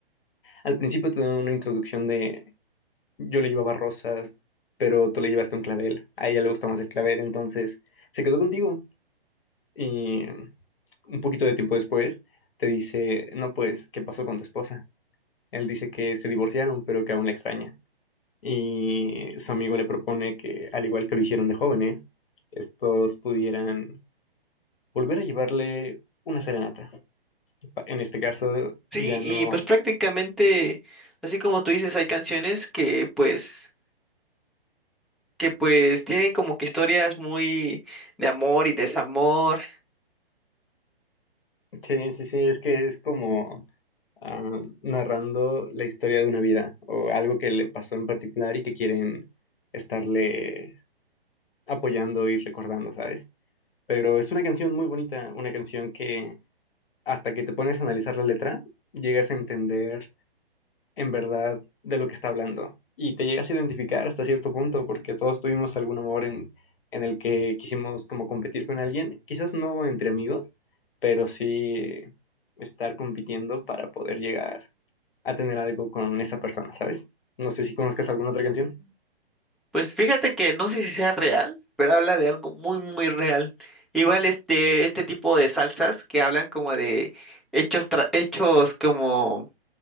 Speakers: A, on the left; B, in the centre.
A: Al principio te dan una introducción de yo le llevaba rosas, pero tú le llevaste un clavel. A ella le gusta más el clavel, entonces se quedó contigo. Y un poquito de tiempo después te dice, no, pues, ¿qué pasó con tu esposa? Él dice que se divorciaron, pero que aún la extraña. y su amigo le propone que, al igual que lo hicieron de jóvenes, estos pudieran volver a llevarle una serenata. Pa- En este caso,
B: Sí,
A: ya no.
B: y pues prácticamente, así como tú dices, hay canciones que pues que pues tienen como que historias muy de amor y desamor.
A: Sí, sí, sí, es que es como ah, narrando la historia de una vida o algo que le pasó en particular y que quieren estarle apoyando y recordando, ¿sabes? Pero es una canción muy bonita, una canción que hasta que te pones a analizar la letra, llegas a entender en verdad de lo que está hablando. Y te llegas a identificar hasta cierto punto, porque todos tuvimos algún amor en, en el que quisimos como competir con alguien, quizás no entre amigos, pero sí estar compitiendo para poder llegar a tener algo con esa persona, ¿sabes? No sé si conozcas alguna otra canción.
B: Pues fíjate que no sé si sea real, pero habla de algo muy muy real. Igual este este tipo de salsas que hablan como de hechos tra- hechos como